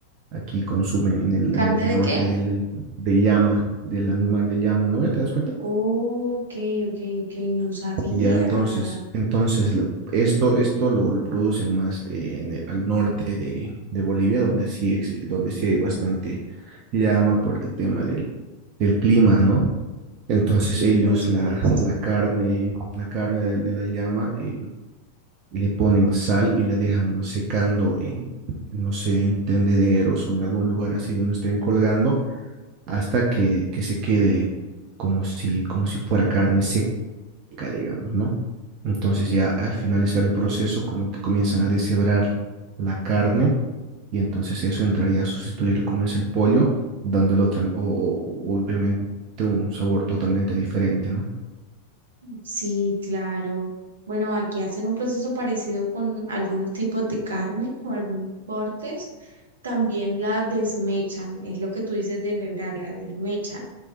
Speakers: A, on the right; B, on the right.
A: Aquí consumen en el,
B: ¿Carne
A: en el norte
B: de qué?
A: del, del- llama, del animal de llama, ¿no? ¿Te das cuenta?
B: Ok, ok, ok, no sabía.
A: Ya entonces, entonces la- esto, esto lo, lo producen más eh, en el- al norte de, de Bolivia, donde sí, ex- donde sí hay bastante llama por el tema del, del clima, ¿no? Entonces
B: Sí,
A: ellos
B: por supuesto.
A: la, la carne, la carne de, de la llama, eh, le ponen sal y la dejan secando en, no sé, en tendederos o en algún lugar así donde estén colgando hasta que, que se quede como si, como si fuera carne seca, digamos, ¿no? Entonces ya al finalizar el proceso como que comienzan a deshebrar la carne y entonces eso entraría a sustituir como es el pollo, dándole otra, o, o- obviamente un sabor totalmente diferente, ¿no?
B: Sí, claro. Bueno, aquí hacen un proceso parecido con algunos tipos de carne o algunos cortes. También la desmechan, es lo que tú dices de deshebrarla, la desmechan.